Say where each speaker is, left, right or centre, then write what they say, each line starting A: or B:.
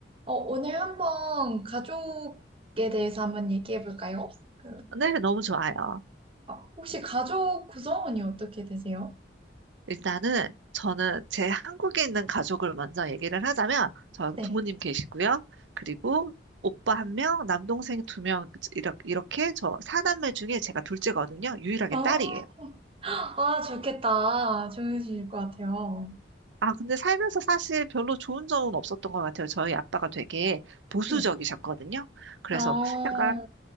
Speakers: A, on the right; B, on the right.
A: 어, 오늘 한번 가족에 대해서 한번 얘기해 볼까요? 그,
B: 네, 너무 좋아요.
A: 아, 혹시 가족 구성원이 어떻게 되세요?
B: 일단은 저는 제 한국에 있는 가족을 먼저 얘기를 하자면, 저는
A: 네.
B: 부모님 계시고요. 그리고 오빠 한 명, 남동생 두 명, 이렇게, 이렇게 저 사남매 중에 제가 둘째거든요. 유일하게
A: 어,
B: 딸이에요.
A: 아, 좋겠다. 좋으실 것 같아요.
B: 아, 근데 살면서 사실 별로 좋은 점은 없었던 것 같아요. 저희 아빠가 되게 보수적이셨거든요.
A: 네.
B: 그래서
A: 어,
B: 약간